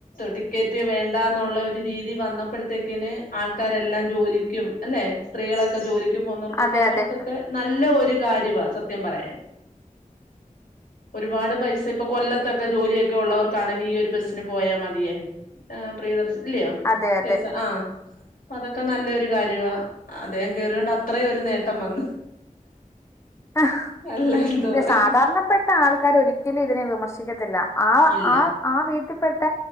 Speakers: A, on the left; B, on the left.
A: ടിക്കറ്റ് വേണ്ടന്നുള്ള ഒരു രീതി വന്നപ്പോഴത്തേക്കിന് ആൾക്കാരെല്ലാം ജോലി ക്കും അല്ലെ സ്ത്രീകളൊക്കെ ജോലിക്ക് പോകുന്നവർക്കൊക്കെ
B: അതെ
A: അവർക്കൊക്കെ
B: അതെ
A: നല്ല ഒരു കാര്യമാണ് സത്യം പറയാൻ ഒരുപാട് പൈസ ഇപ്പൊ കൊല്ലത്തൊക്കെ ജോലിയൊക്കെ ഉള്ളവർക്കാണെങ്കിൽ ഈ ഒരു ബസ്സ് ന് പോയാ മതിയേ പ്രിയദർശൻ ഇല്ലയോ
B: അതെ അതെ
A: കേസ ആഹ അപ്പ അതൊക്കെ നല്ലൊരു കാര്യമാണ് അദ്ദേഹം കേയറോണ്ട് അത്രയും ഒരു നേട്ടം വന്ന്
B: ആ
A: അല്ല എന്തോ
B: പി
A: പറയ
B: സാധാരണപ്പെട്ട ആൾക്കാർ ഒരിക്കലും ഇതിനെ വിമർശിക്കത്തില്ല ആ
A: ഇല്ല
B: ആ ആ വീട്ടിൽ ട്ട